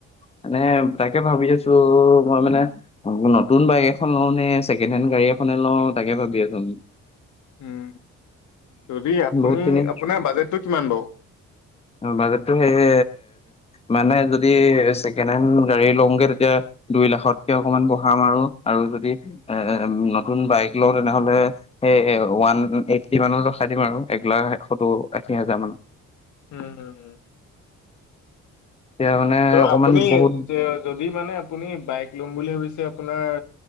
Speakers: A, on the left; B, on the left.
A: মানে তাকে ভাবি আছোঁ, মই মানে আকৌ নতুন বাইক এখন লওঁ নে ছেকেণ্ড হেণ্ড গাড়ী এখনে লওঁ তাকে ভাবি আছোঁ।
B: উম, যদি আপুনি
A: বহুত খিনি
B: আপোনাৰ বাজেটটো কিমান বাৰু?
A: অ' বাজেটটো সেয়ে মানে যদি ছেকেণ্ড হেড গাড়ী লওঁগে তেতিয়া দুই লাখতকে অকমান বঢ়াম আৰু-আৰু যদি
B: উম
A: এ নতুন বাইক লওঁ তেনেহলে সেই ওৱান এইত্তি মানত ৰখাই দিম আৰু এক লাখ এসত্তৰ। আশী হাজাৰ মানত।
B: উম হুম।
A: এতিয়া মানে
B: ত'
A: অকমান
B: আপুনি
A: বহুত
B: যে যদি মানে আপুনি বাইক ল'ম বুলি ভাবিছে আপোনাৰ